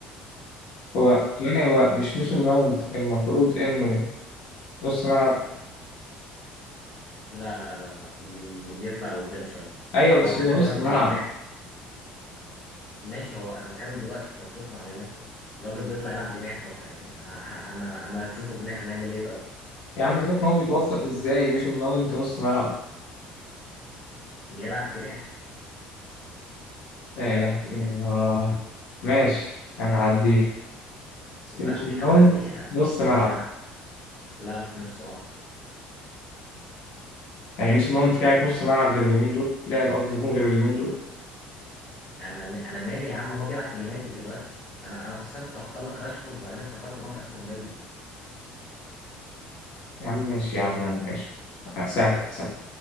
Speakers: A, on the left; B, on the left.
A: هو يعني هو مش ميسون ماونت المفروض انه نص ملعب
B: لا لا لا لا بي... بيطلع لقدام شويه
A: ايوه بس
B: هو اصلا
A: هو
B: كان
A: نص
B: بيلعب
A: ملعب
B: جناح ماشي هو انا بتكلم دلوقتي في فترته مع اليونايتد الراجل بيطلع يلعب جناح طب يعني ه- انا انا بشوفه جناح هنعمل ايه طيب
A: يعني سيبك ما هو بيتوظف ازاي ميسون ماونت نص ملعب
B: بيلعب جناح بيلعب
A: لا اله
B: جناح
A: الا الله ماشي هنعديها بس
B: لا
A: ميسون
B: مش هنعديها
A: ماونت نص ملعب
B: مش هن... لا مش نص ملعب
A: يعني ميسون ماونت لعب نص ملعب غير اليومين دول لعب قصدي هجوم غير اليومين دول
B: انا م... انا مالي يا عم هو بيلعب في اليونايتد دلوقتي انا انا كنت كنت هختار لك راشفورد بعدين افتكرت ان هو في استون فيلا
A: يا عم ماشي يا عم يا عم ماشي آه، سهل سهل